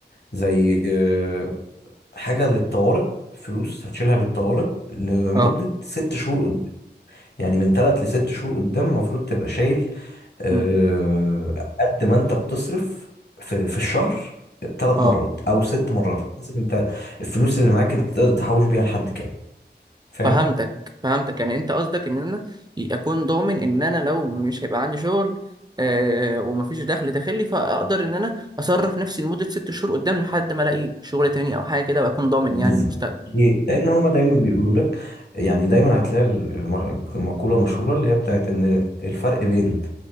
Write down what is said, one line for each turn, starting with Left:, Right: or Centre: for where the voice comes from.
Left: زي آه، حاجة للطوارئ فلوس هتشيلها للطوارئ لمدة
Right: اه
Left: ست شهور قدام يعني من تلات لست شهور قدام المفروض تبقى شايل آه،
Right: مم.
Left: قد ما انت بتصرف في في الشهر ثلاث
Right: اه
Left: مرات او ست مرات على حسب انت الفلوس اللي معاك انت تقدر تحوش بيها لحد كام فاهم
Right: فهمتك فهمتك يعني انت قصدك ان انا اكون ضامن ان انا لو مش هيبقى عندي شغل آه ومفيش دخل داخلي فاقدر ان انا اصرف نفسي لمده ست شهور قدام لحد ما الاقي شغل تاني او حاجه كده واكون ضامن
Left: بالظبط
Right: يعني المستقبل
Left: ليه؟ لان هما دايما بيقولوا لك يعني دايما هتلاقي الم- المقوله مشهوره اللي هي بتاعت ان الفرق بين